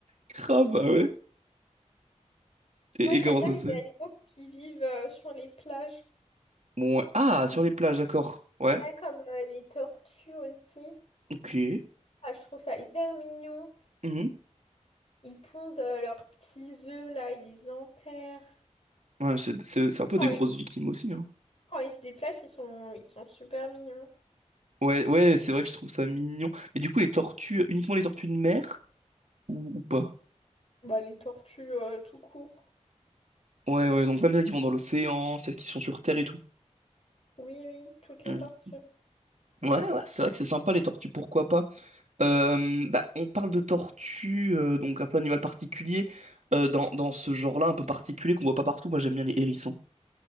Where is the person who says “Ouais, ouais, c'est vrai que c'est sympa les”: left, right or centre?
Right